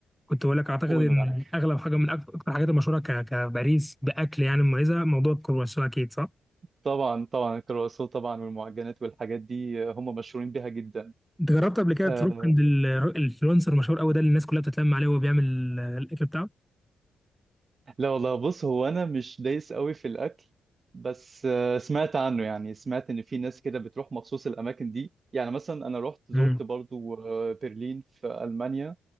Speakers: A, in the centre; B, on the right (about 45°).
A: كنت بقول لك أعتقد
B: قول
A: إن
B: معاك
A: أغلب حاجة من أكتر أكتر الحاجات المشهورة ك- كباريس بأكل يعني مميزة موضوع الكرواسون أكيد صح؟
B: طبعا طبعا الكرواسون طبعا والمعجنات والحاجات دي آه، هم مشهورين بيها جدا
A: أنت جربت قبل كده
B: آه
A: تروح عند ال- الإنفلونسر المشهور قوي ده اللي الناس كلها بتتلم عليه وهو بيعمل الأكل بتاعه؟
B: لا والله بص هو انا مش دايس قوي في الاكل بس آه سمعت عنه يعني سمعت ان في ناس كده بتروح مخصوص الاماكن دي يعني مثلا انا رحت
A: مم.
B: زرت برضو آه برلين في المانيا